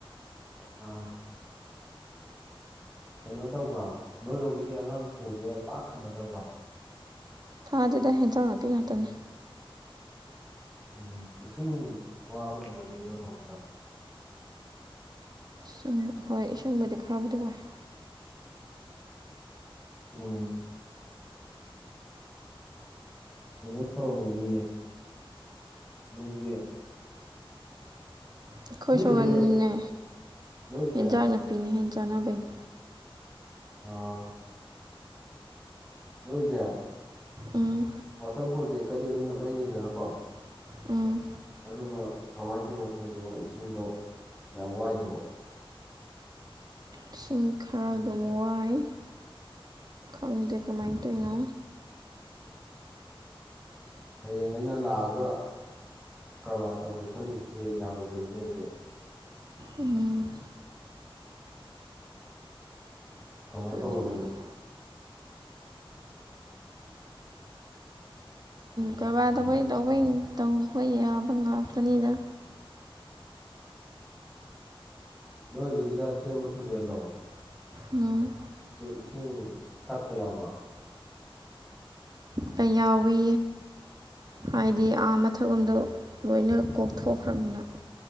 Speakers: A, in the centre; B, on the right (about 45°).
A: ꯑꯥ ꯀꯩꯅꯣ ꯇꯧꯕ꯭ꯔꯥ ꯅꯣꯏꯔꯣꯝꯒꯤꯗꯤ ꯑꯉꯥꯡ ꯐꯧꯁꯦ ꯄꯥꯛ ꯊꯥꯅꯗꯕ꯭ꯔꯥ
B: ꯊꯥꯗꯦꯗ ꯍꯦꯟꯁꯥꯡ ꯅꯥꯄꯤ ꯉꯥꯛꯇꯅꯦ
A: ꯎꯝ ꯏꯁꯤꯡ ꯋꯥꯕꯩ ꯋꯥꯔꯤꯔꯣ ꯅꯣꯏꯔꯣꯝꯇ
B: ꯁꯤꯡ ꯍꯣꯏ ꯏꯁꯤꯡꯕꯨꯗꯤ ꯈꯔꯕꯨꯗꯤ ꯋꯥꯏ
A: ꯎꯝ ꯀꯩꯅꯣ ꯇꯧꯔꯝꯒꯅꯤꯌꯦ ꯅꯣꯏꯒꯤ
B: ꯑꯩꯈꯣꯏ
A: ꯅꯣꯏꯁꯦ
B: ꯁꯣꯟꯅꯤꯅꯦ
A: ꯅꯣꯏꯁꯦ
B: ꯌꯦꯟꯖꯥꯡ ꯅꯥꯄꯤꯅꯦ ꯍꯦꯟ ꯆꯥꯅꯕꯩꯅꯦ
A: ꯑꯥ ꯅꯣꯏꯖꯦ
B: ꯎꯝ
A: ꯋꯥꯇꯔ ꯄ꯭ꯔꯣꯖꯦꯛꯀꯗꯤ ꯑꯗꯨꯝ ꯅꯛꯅꯩꯅꯤꯗꯅꯀꯣ
B: ꯎꯝ
A: ꯑꯗꯨꯒ ꯀꯃꯥꯏꯅ ꯇꯧꯔꯤꯅꯣ ꯈꯪꯗꯦ ꯃꯣꯏ ꯏꯁꯤꯡꯗꯣ ꯌꯥꯝ ꯋꯥꯏꯗꯨꯕꯣ
B: ꯏꯁꯤꯡ ꯈꯔ ꯗꯨꯝ ꯋꯥꯥꯏ ꯑꯗꯨꯗꯤ ꯀꯃꯥꯏꯅ ꯇꯧꯏꯅꯣ
A: ꯍꯌꯦꯡ ꯑꯩꯅ ꯂꯥꯛꯑꯒ ꯀꯔꯕꯥꯔ ꯇꯧꯒꯦ ꯈꯜꯂꯤꯁꯤꯗꯤ ꯌꯥꯔꯣꯏꯗꯣꯔꯤꯅꯦ ꯑꯗꯨꯗꯤ
B: ꯎꯝ
A: ꯀꯃꯥꯏꯅ
B: ꯎꯝ,
A: ꯇꯧꯕ ꯑꯗꯨꯗꯤ
B: ꯀꯔꯕꯥꯔ ꯇꯧꯕꯩ ꯇꯧꯕꯩ ꯇꯧꯕ ꯌꯥꯕ ꯉꯥꯛꯇꯅꯤꯗ
A: ꯅꯣꯏ ꯑꯗꯨꯒꯤꯗ ꯁꯦꯝꯕ ꯇꯨꯔꯦꯜꯗꯣ ꯑꯗꯨ
B: ꯎꯝ
A: ꯏꯁꯤꯡ ꯊꯠꯄ ꯌꯥꯎꯕ꯭ꯔꯥ
B: ꯄ ꯌꯥꯎꯏ ꯍꯥꯏꯗꯤ ꯑꯥ ꯃꯊꯛꯂꯣꯝꯗꯣ ꯂꯣꯏꯅ ꯀꯣꯛꯊꯣꯛꯈ꯭ꯔꯕꯅꯤꯅ